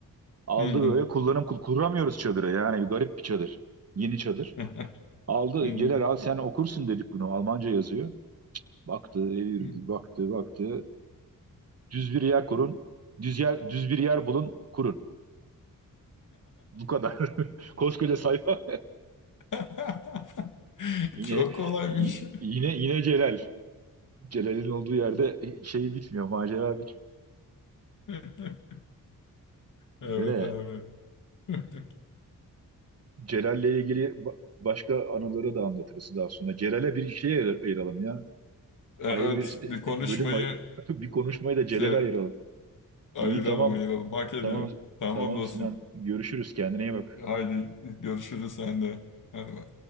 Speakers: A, on the right; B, on the left.
A: Aldı
B: Hı hı.
A: böyle kullanım kul- kuramıyoruz çadıra. Yani bir garip bir çadır. Yeni çadır.
B: <laughs>
A: Aldı
B: Hı
A: Celal al sen okursun dedik bunu. Almanca yazıyor. Baktı, evirdi,
B: hı.
A: baktı, baktı. Düz bir yer kurun. Düz yer, düz bir yer bulun, kurun. Bu kadar. <laughs> Koskoca sayfa.
B: <laughs>
A: Yine
B: Çok kolaymış.
A: y- yine yine Celal. Celal'in olduğu yerde şey bitmiyor, macera bitmiyor.
B: <laughs> Evet
A: Öyle yani.
B: abi. <laughs>
A: Celal'le ilgili ba- başka anıları da anlatırız daha sonra. Celal'e bir şey ayır- ayıralım ya.
B: Evet
A: Ayrı bir e,
B: bir konuşmayı
A: e, bölüm ay- <laughs> bir konuşmayı da Celal'e
B: şey,
A: ayıralım.
B: ayıralım
A: İyi tamam.
B: ayıralım. Hak ediyor.
A: Tamam.
B: Tamam
A: Tamam
B: dostum.
A: Sinan. Görüşürüz. Kendine iyi bak.
B: Haydi görüşürüz sen de. Hadi bay.